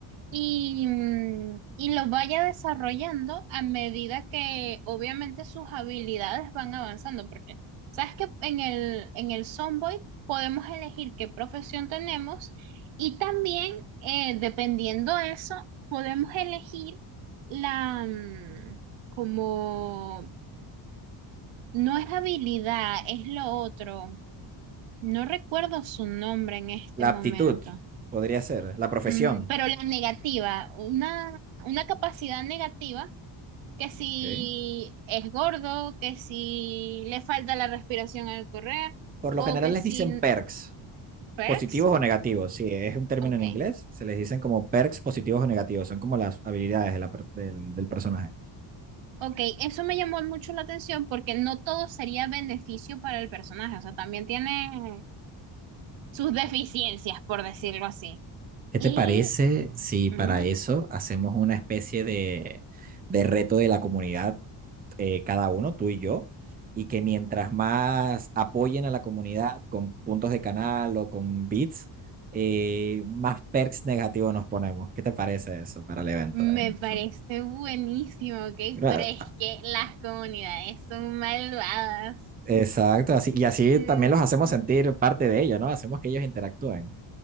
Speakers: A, on the right; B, on the right.
A: Y, mm, y los vaya desarrollando a medida que obviamente sus habilidades van avanzando, porque sabes que en el, en el Sonboy podemos elegir qué profesión tenemos y también eh, dependiendo de eso podemos elegir la mm, como no es habilidad, es lo otro. No recuerdo su nombre en este
B: La
A: momento.
B: aptitud podría ser, la profesión.
A: Mm, pero la negativa, una, una capacidad negativa, que si
B: Ok.
A: es gordo, que si le falta la respiración al correr,
B: Por
A: o
B: lo general
A: que
B: les
A: si
B: dicen perks
A: perks.
B: Positivos o negativos,
A: Mm,
B: sí es un término
A: ok,
B: en inglés, se les dicen como perks positivos o negativos, son como las habilidades de la per- del, del personaje.
A: ok, eso me llamó mucho la atención porque no todo sería beneficio para el personaje, o sea, también tiene sus deficiencias, por decirlo así.
B: ¿Qué
A: Y
B: te parece si
A: mm,
B: para eso hacemos una especie de, de reto de la comunidad, eh, cada uno, tú y yo, y que mientras más apoyen a la comunidad con puntos de canal o con bits, eh, más perks negativos nos ponemos? ¿Qué te parece eso para el evento?
A: me
B: eh?
A: parece
B: Eso-
A: buenísimo, ok,
B: Claro,
A: pero es que las comunidades son malvadas.
B: Exacto, así, y así
A: Mm,
B: también los hacemos sentir parte de ello, ¿no? Hacemos que ellos interactúen,